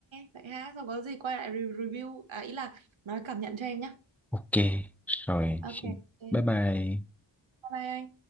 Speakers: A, on the right; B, in the centre.
A: vậy ha xong có gì quay lại re- review à ý là nói cảm nhận cho em nhá
B: Ok, rồi,
A: ok ok bye
B: bye bye.
A: bye anh